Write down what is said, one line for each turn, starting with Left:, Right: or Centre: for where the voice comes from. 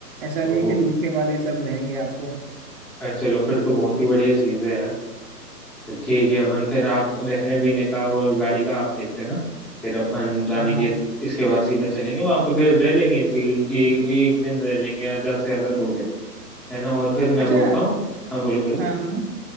Right: ऐसा
Centre: ओ
Right: नहीं है कि लूटने वाले सब रहेंगे आपको
Centre: अ, चलो फिर तो बहुत ही बढ़िया चीज़ है यार तो ठीक है अपन फिर आप रहने पीने का और गाड़ी का आप देख लेना फिर अपन रानी
Right: हाँ हाँ
Centre: के इसके बाद सीधा चलेंगे वहां पे फिर रह लेंगे ऐसे ही, ए, ए, एक दिन रह लेंगे या ज्यादा से ज्यादा दो दिन है ना और फिर
Right: अच्छा
Centre: मैं बोलता हूँ हाँ बोलो बोलो
Right: हाँ हाँ हाँ।